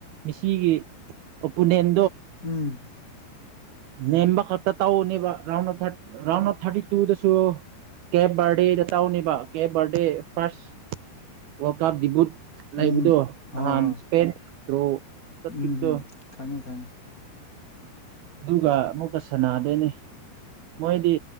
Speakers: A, on the right; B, on the left.
A: ꯃꯦꯁꯤꯒꯤ ꯑꯣꯄꯨꯅꯦꯟ
B: ꯎꯝ
A: ꯅꯦꯝꯕ ꯈꯇ ꯇꯧꯅꯦꯕ round of thirty round of ꯊꯥꯔꯇꯤꯇꯨꯗꯁꯨ ꯀꯦꯞ ꯕꯔꯗꯦꯒ ꯇꯥꯎꯅꯦꯕ ꯀꯦꯞ ꯕꯔꯗꯦ ꯐꯥꯔꯁ ꯋꯥꯔꯜ ꯀꯞ ꯗꯤꯕꯨꯠ
B: ꯎꯝ
A: ꯂꯩꯕꯗꯣ ꯅꯍꯥꯟ
B: ꯍꯣꯏ ꯍꯣꯏ
A: ꯁ꯭ꯄꯦꯟ ꯗ꯭ꯔꯣ ꯆꯠꯈꯤꯕꯗꯣ
B: ꯎꯝ ꯎꯝ ꯈꯪꯉꯦ ꯈꯪꯉꯦ
A: ꯑꯗꯨꯒ ꯑꯃꯨꯛꯀ ꯁꯅꯥꯗꯣꯏꯅꯦ ꯃꯣꯏꯗꯤ